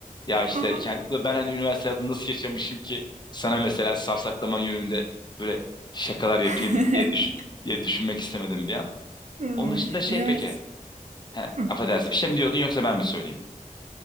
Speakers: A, on the left (about 30°); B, on the right (about 55°).
A: Ya işte
B: Hı hı.
A: kendi, ben hani üniversite hayatını nasıl yaşamışım ki sana mesela safsaklama yönünde böyle şakalar yapayım
B: <laughs>
A: diye, düş- diye düşünmek istemedim bir an.
B: Hmm,
A: Onun dışında şey
B: üniversite.
A: peki. He,
B: Hı.
A: affedersin bir şey mi diyordun yoksa ben mi söyleyeyim?